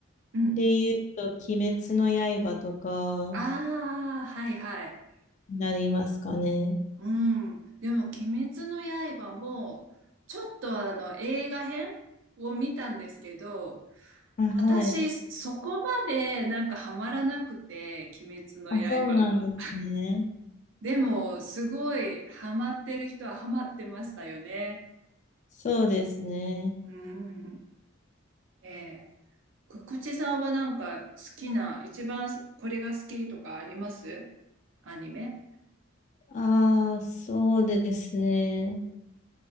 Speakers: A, on the right; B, on the left.
A: うん。
B: で言うと、鬼滅の刃とか
A: ああ、はいはい。
B: になりますかね。
A: うん。でも、鬼滅の刃も、ちょっとあの、映画編を見たんですけど、
B: あ、
A: 私、
B: はい。
A: そこまでなんかハマらなくて、鬼滅の刃が。
B: あ、そうなんですね。
A: でも、すごいハマってる人はハマってましたよね。
B: そうですね。
A: うん。ええ。くくちさんはなんか好きな、一番これが好きとかありますアニメ
B: ああ、そうですね。